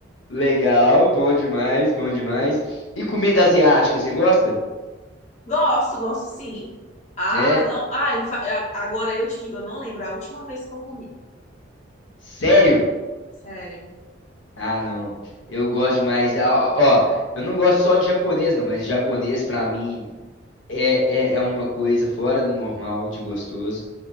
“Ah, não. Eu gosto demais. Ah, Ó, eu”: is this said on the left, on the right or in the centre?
Left